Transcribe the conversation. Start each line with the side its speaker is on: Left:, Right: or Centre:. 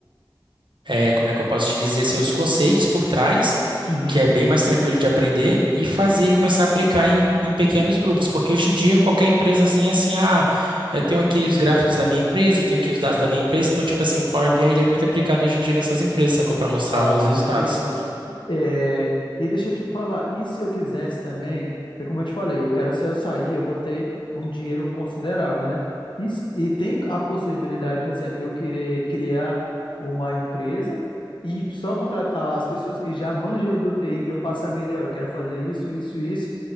Right: é, como é que eu posso te dizer assim, os conceitos por trás,
Left: uhum.
Right: que é bem mais tranquilo de aprender, e fazer e começar a aplicar em, em pequenos grupos, porque hoje em dia qualquer empresa assim é assim, ah, eu tenho aqui os gráficos da minha empresa, tenho aqui os dados da minha empresa, então tipo assim, o Power BI ele é muito aplicado hoje em dia nessas empresas, sacou? Para mostrar
Left: Ah,
Right: os resultados.
Left: entendi. É, e deixa eu te falar, e se eu quisesse também, porque como eu te falei, eu quero se eu sair, eu vou ter um dinheiro considerável, né? E, s- e tem a possibilidade, um exemplo, eu querer criar uma empresa e só contratar as pessoas que já manjam do TI e eu passar a minha ideia, "Olha, eu quero fazer isso, isso, isso,